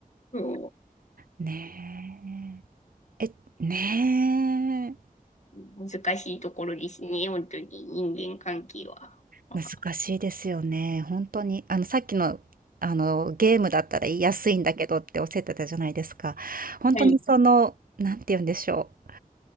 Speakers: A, on the left (about 50°); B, on the right (about 70°).
A: そ
B: ねえ。え、ねえ。
A: う難しいところですね、本当に人間関係は。まあ
B: 難しいですよね。本当に、あの、さっきの、あの、ゲームだったら言いやすいんだけどっておっしゃってたじゃないですか。本当にその、
A: はい。
B: なんて言うんでしょう、